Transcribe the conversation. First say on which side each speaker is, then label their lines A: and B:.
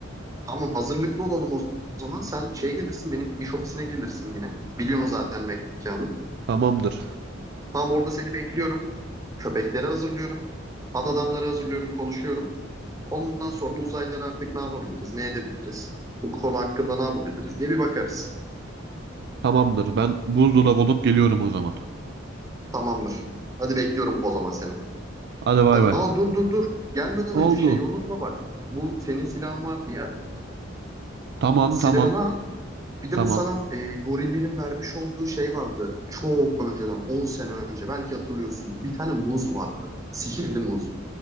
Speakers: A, on the right (about 15°); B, on the right (about 55°).
A: Tamam hazırlıklı olalım o zaman. Sen şeye gelirsin benim iş ofisine gelirsin yine. Biliyorsun zaten mekanı.
B: Tamamdır.
A: Tam orada seni bekliyorum. Köpekleri hazırlıyorum. At adamları hazırlıyorum, konuşuyorum. Ondan sonra uzaylıları artık ne yapabiliriz, ne edebiliriz? Bu konu hakkında ne yapabiliriz diye bir bakarız.
B: Tamamdır. Ben buzdolabı olup geliyorum o zaman.
A: Tamamdır. Hadi bekliyorum o zaman seni.
B: Hadi bay
A: Hadi,
B: bay.
A: aa dur dur dur. Gelmeden
B: Oldu.
A: önce şeyi unutma bak. Bu senin silahın vardı ya.
B: Tamam
A: Silahını
B: tamam.
A: al. Bir de
B: Tamam.
A: bu sana e, gorillerin vermiş olduğu şey vardı. Çok önceden, 10 sene önce belki hatırlıyorsundur. Bir tane muz vardı. Sihirli muz.